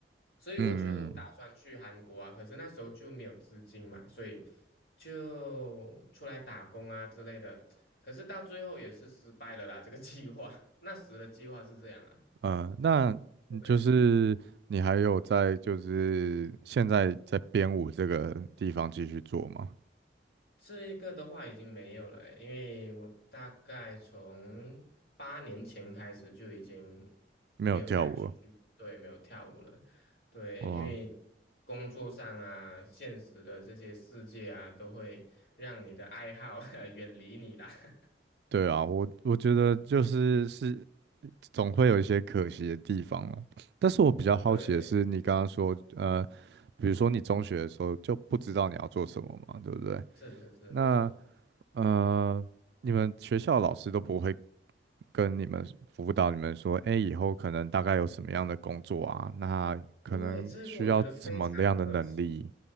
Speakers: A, on the left; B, on the right.
A: 所以我就打算去韩国啊，
B: 嗯嗯
A: 可是那时候就没有资金嘛，所以就出来打工啊之类的，可是到最后也是失败了啦，这个计划，<laughs> 那时的计划是这样啊。
B: 呃，那你就是你还有在就是现在在编舞这个地方继续做吗？
A: 对这一个的话已经没有了欸因为我大概从八年前开始就已经
B: 没有跳舞了
A: 没有再继续，对，没有跳舞了。对，
B: 哇，
A: 因为工作上啊，现实的这些世界啊，都会让你的爱好 <laughs> 远离你啦。<laughs>
B: 对啊，我我觉得就是是总会有一些可惜的地方了。但是我比较好奇的是，
A: 对对，
B: 你刚刚说，呃，比如说你中学的时候就不知道你要做什么嘛，对不对？
A: 是是是，
B: 那
A: 没错。
B: 呃，你们学校老师都不会跟你们辅导你们说，哎，以后可能大概有什么样的工作啊？那可能需要什么样的能力？
A: 对，这个我觉得非常可惜。